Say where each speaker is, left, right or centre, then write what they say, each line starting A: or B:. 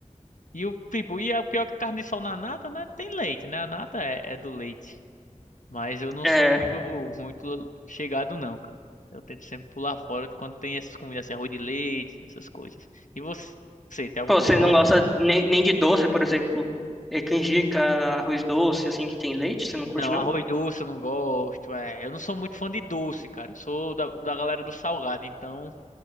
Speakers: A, on the left; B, in the centre.
A: E o tipo, e a pior que carne de sol na nata, né? Tem leite, né? A nata é, é do leite. Mas eu não
B: é,
A: sou muito, muito chegado, não, cara. Eu tento sempre pular fora quando tem essas comidas assim, arroz de leite, essas coisas. E você, você tem algum
B: pô,
A: que
B: você
A: não gosta?
B: não gosta nem, nem de doce, por exemplo, é, canjica, arroz doce, assim, que tem leite? Você não curte,
A: Não,
B: não?
A: arroz doce eu não gosto. É, eu não sou muito fã de doce, cara. Eu sou da, da galera do salgado, então